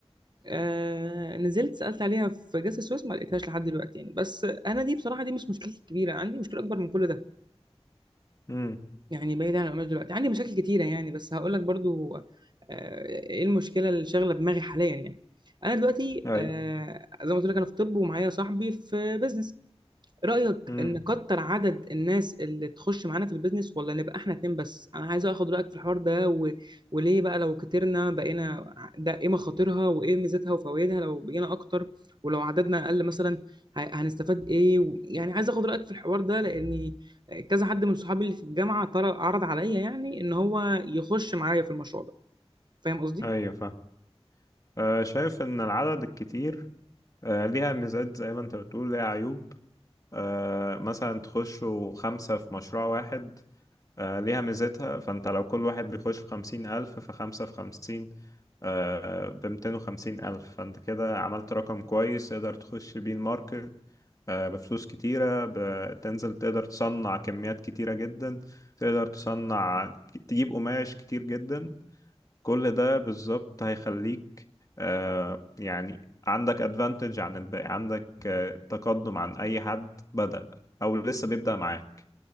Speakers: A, on the right; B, on the left.
A: آه نزلت سألت عليها في جسر السويس ما لقيتهاش لحد دلوقتي يعني بس انا دي بصراحة دي مش مشكلتي الكبيرة عندي مشكلة اكبر من كل ده
B: امم
A: يعني بعيد عن القماش دلوقتي عندي مشاكل كتيرة يعني بس هقول لك برضو آه ايه المشكلة اللي شاغلة دماغي حاليا يعني انا دلوقتي
B: اي
A: آه زي ما قلت لك انا في طب ومعايا صاحبي في بزنس رأيك
B: امم
A: نكتر عدد الناس اللي تخش معانا في البيزنس ولا نبقى احنا اتنين بس انا عايز اخد رأيك في الحوار ده و... وليه بقى لو كترنا بقينا ع- ده ايه مخاطرها وايه ميزتها وفوائدها لو بقينا اكتر ولو عددنا اقل مثلا ه... هنستفاد ايه و... يعني عايز اخد رأيك في الحوار ده لاني كذا حد من صحابي اللي في الجامعة طر- عرض عليا يعني ان هو يخش معايا في المشروع ده فاهم قصدي؟
B: ايوه فاهم آه شايف ان العدد الكتير آه ليها ميزات زي ما انت بتقول ليها عيوب آه مثلا تخشوا خمسة في مشروع واحد آه، ليها ميزتها فانت لو كل واحد بيخش بخمسين ألف فخمسة في خمسين آه، بمتين وخمسين ألف فانت كده عملت رقم كويس تقدر تخش بيه الماركت آه، بفلوس كتيرة بتنزل تقدر تصنع كميات كتيرة جدا تقدر تصنع تجيب قماش كتير جدا كل ده بالظبط هيخليك آه، يعني عندك ادفانتج عن الباقي عندك آه، تقدم عن أي حد بدأ أو لسه بيبدأ معاك